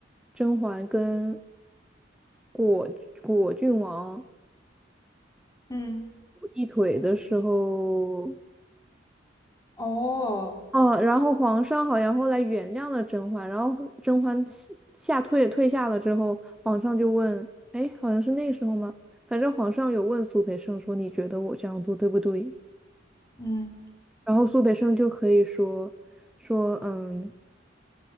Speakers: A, in the centre; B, on the left.
A: 甄嬛跟果果郡王。
B: 嗯，
A: 一腿的时候，
B: 哦，
A: 哦，然后皇上好像后来原谅了甄嬛，然后甄嬛下下退退下了之后，皇上就问，哎，好像是那个时候吗？反正皇上有问苏培盛说，你觉得我这样做对不对？
B: 嗯。
A: 然后苏培盛就可以说说，嗯，